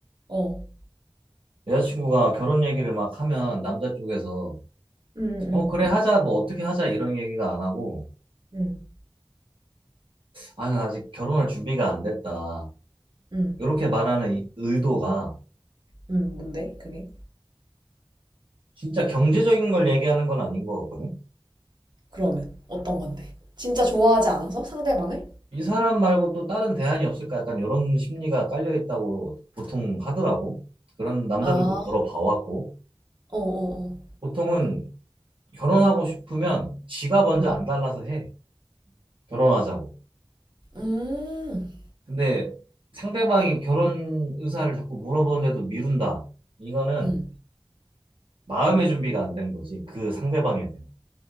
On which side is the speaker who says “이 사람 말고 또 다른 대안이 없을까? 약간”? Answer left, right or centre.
Right